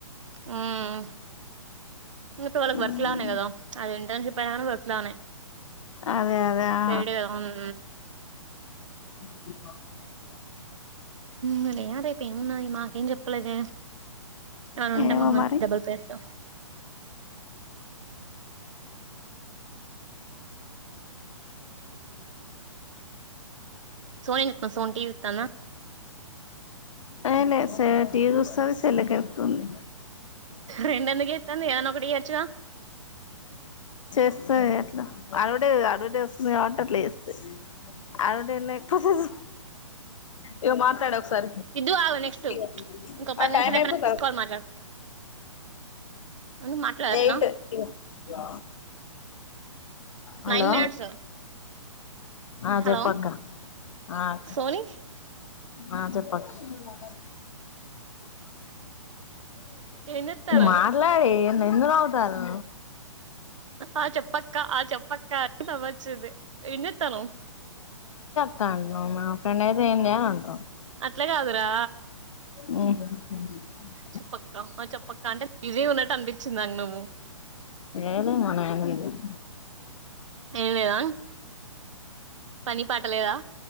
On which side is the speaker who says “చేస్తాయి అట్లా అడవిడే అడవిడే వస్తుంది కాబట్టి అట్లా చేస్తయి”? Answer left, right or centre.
Left